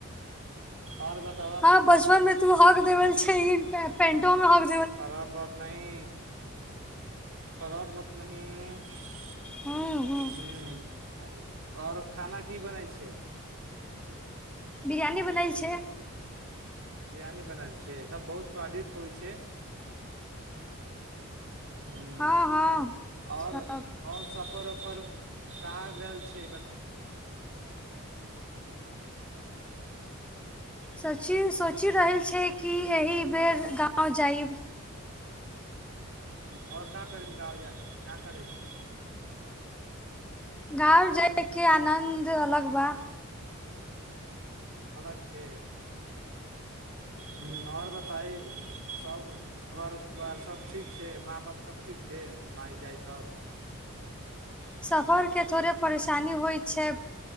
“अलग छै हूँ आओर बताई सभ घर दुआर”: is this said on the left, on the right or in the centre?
Right